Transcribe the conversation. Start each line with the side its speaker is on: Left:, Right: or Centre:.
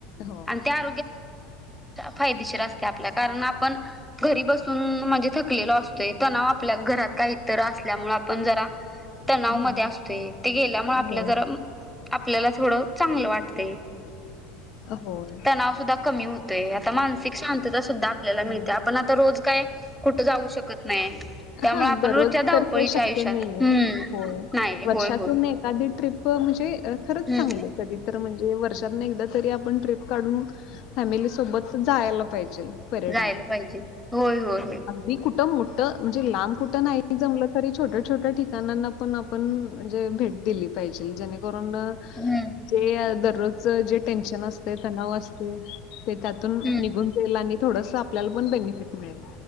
Left: हो
Centre: आ फादेशीर अस आपल्याण आपण घरी बसून म्हण. टले असतोय तणाव आपल्या घरात काहीत असल्यामुळे आपण जरा. तनाव
Left: हम्म
Centre: मध्ये असतोय ते गेल्यामुळेआ आपल्या
Left: होय
Centre: जरा
Left: होय
Centre: आपल्याला थोडं चांगलं वाटते
Left: होय
Centre: तनाव सुधा कमी हो आता मानसिक शांतता सुद्धा आपल्याला
Left: हा
Centre: मिळते आपण आता रोज काय कुठं जाऊ शकत नाही त्यामुळे
Left: हा
Centre: आपण
Left: दररोज
Centre: रोजच्या धावपळीच्या
Left: तर ते शक्य
Centre: आयुष्यात
Left: नाही
Centre: हम्म
Left: आहे होय
Centre: नाही
Left: वर्षातून
Centre: होय होय
Left: एक आधी ट्रीप म्हणजे खरंच
Centre: हम्म
Left: चांगले आहे. कधी तर म्हणजे वर्षांना एकदा तरी आपण ट्रिप काढून. फॅमिली सोबत जायला पाहिजे. पर्यटन
Centre: जायला पाहिजे होय होय होय
Left: अग कुठ म्हणजे लांब कुठ नाही तरी छोट्या छोट्या ठिकाणांना पण आपण जे भेट दिली पाहिजे जेणेकरून.
Centre: हम्म
Left: जे दररोजच जे टेन्शन असतोय तणाव असतोय. ते त्यातून
Centre: हम्म
Left: निघून जाईल आणि थोडस आपल्याला पण बेनिफिट मिळेल